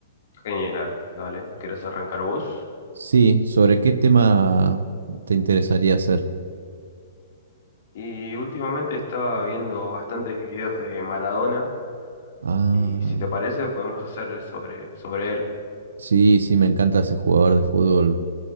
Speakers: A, on the left (about 60°); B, on the right (about 70°).
A: Genial, dale. ¿Querés arrancar vos?
B: Sí, ¿sobre qué tema te interesaría hacer?
A: Y últimamente estaba viendo bastantes videos de Maradona
B: Ah,
A: y si te parece podemos hacer sobre, sobre él.
B: sí, sí, me encanta ese jugador de fútbol,